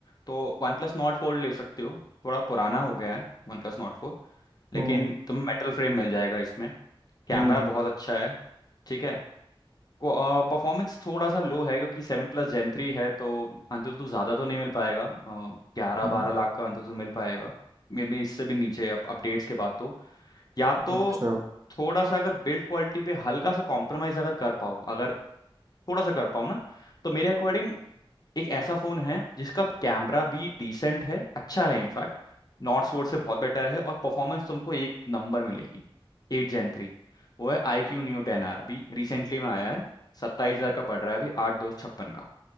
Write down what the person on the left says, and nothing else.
तो वन प्लस नॉट फोर ले सकते हो थोड़ा पुराना हो गया है वन प्लस नॉट फोर लेकिन
तुम्हें मेटल फ्रेम मिल जाएगा इसमें कैमरा
बहुत अच्छा है ठीक है परफॉर्मेंस थोड़ा सा लो है क्योंकि सेवन प्लस जेन थ्री है तो अंतुतु ज़्यादा तो नहीं मिल पाएगा ग्यारह
बारह लाख का अंतुतु मिल पाएगा मे बी इससे भी नीचे अपडेट्स के बाद तो या तो
थोड़ा सा अगर बिल्ड क्वालिटी पे हल्का सा कॉम्प्रोमाइज़ अगर कर पाओ अगर थोड़ा सा कर पाओ ना तो मेरे अकॉर्डिंग एक ऐसा फोन है जिसका कैमरा भी डिसेंट है अच्छा है इनफैक्ट नॉर्ड सोर्स से बहुत बेटर है और परफॉर्मेंस तुमको एक नंबर मिलेगी एट जेन थ्री वो है iQOO Neo ten R अभी रिसेंटली में आया है सत्ताईस हजार का पड़ रहा है अभी आठ दो छप्पन का